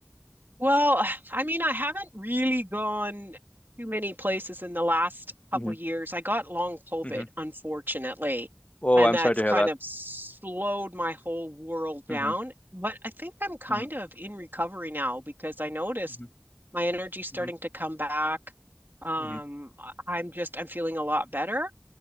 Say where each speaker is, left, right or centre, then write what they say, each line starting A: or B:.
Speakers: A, on the right; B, on the left.
A: Well, <sighs> I mean, I haven't really gone too many places in the last couple
B: hmm
A: of years. I got long COVID,
B: hmm
A: unfortunately,
B: Oh,
A: and
B: I'm
A: that's
B: sorry to hear
A: kind
B: that.
A: of slowed my whole world down.
B: hmm
A: But I think I'm kind
B: hmm
A: of in recovery now because I noticed
B: hmm
A: my energy starting
B: hmm
A: to come back. Um,
B: hmm
A: I- I'm just I'm feeling a lot better.